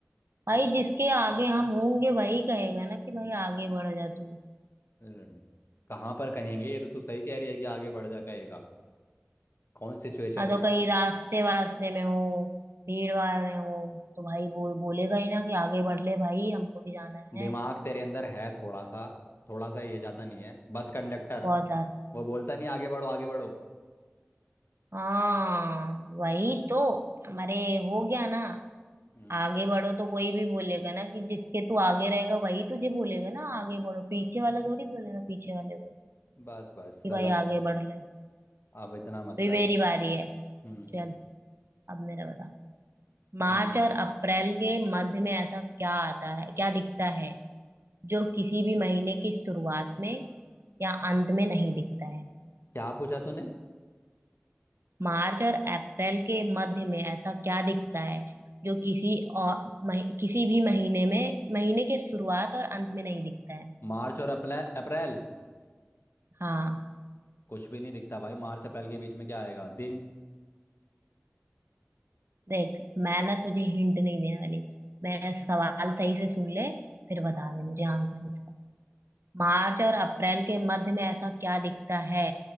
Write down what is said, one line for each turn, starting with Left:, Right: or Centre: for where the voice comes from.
Right: भाई जिसके आगे हम होंगे वही कहेगा ना कि भाई आगे बढ़ जा तू
Left: हम्म, कहाँ पर कहेंगे ये तो तू सही कह रही है कि आगे बढ़ जा कहेगा कौन सिचुएशन
Right: हाँ तो
Left: में
Right: कहीं रास्ते वास्ते में हो भीड़ भाड़ में हो तो भाई बोल बोलेगा ही ना कि आगे बढ़ ले भाई हमको भी जाना
Left: दिमाग
Right: है
Left: तेरे अंदर है थोड़ा सा थोड़ा सा ये ज्यादा नहीं है बस कंडक्टर
Right: बहुत ज्यादा
Left: वो बोलता नहीं आगे बढ़ो आगे बढ़ो
Right: हाँ वही तो हमारे हो गया ना
Left: हम्म
Right: आगे बढ़ो तो कोई भी बोलेगा ना कि जिसके तू आगे रहेगा वही तुझे बोलेगा ना आगे बढ़ो पीछे वाला थोड़ी बोलेगा पीछे वाले को
Left: बस बस
Right: कि
Left: चल
Right: भाई
Left: अब
Right: आगे बढ़ ले
Left: अब इतना मत
Right: तो ये
Left: कर
Right: मेरी बारी है
Left: हम्म
Right: चल अब मेरा बता मार्च
Left: हम्म
Right: और अप्रैल के मध्य में ऐसा क्या आता है क्या दिखता है जो किसी भी महीने की शुरुआत में या अंत में नहीं दिखता है
Left: क्या पूछा तूने
Right: मार्च और अप्रैल के मध्य में ऐसा क्या दिखता है जो किसी और मही, किसी भी महीने में महीने के शुरुआत और अंत में नहीं दिखता है
Left: मार्च और अप्रैल अप्रैल
Right: हाँ
Left: कुछ भी नहीं दिखता भाई मार्च अप्रैल के बीच में क्या आएगा दिन
Right: देख मैं ना तुझे हिंट नहीं देने वाली मैं सवाल सही से सुन ले फिर बता दे मुझे आंसर इसका मार्च और अप्रैल के मध्य में ऐसा क्या दिखता है